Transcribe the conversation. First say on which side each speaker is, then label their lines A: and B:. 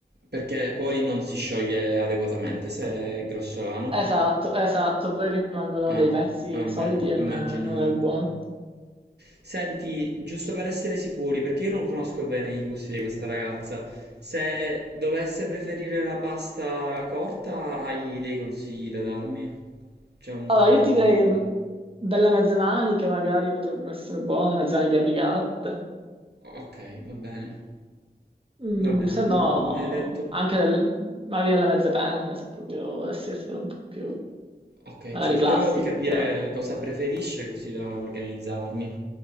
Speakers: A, on the right; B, on the right.
A: Perché poi non si scioglie adeguatamente se è grossolano.
B: Esatto, esatto, poi rimangono
A: Ah,
B: dei pezzi
A: va
B: solidi
A: bene,
B: e
A: immaginavo.
B: non è, non è buono.
A: Senti, giusto per essere sicuri, perché io non conosco bene i gusti di questa ragazza, se dovesse preferire la pasta corta, hai dei consigli da darmi? C'è un...
B: Allora, io ti direi mm, delle mezze maniche magari potrebbero essere buone, mezze maniche rigate,
A: Ok, va bene.
B: Mm,
A: Va bene,
B: se
A: ehm,
B: no
A: evento...
B: anche del- magari delle mezze penne, se proprio dovessi essere un po' più
A: Ok,
B: magari
A: cercherò
B: classico,
A: di capire
B: però...
A: cosa preferisce così da organizzarmi.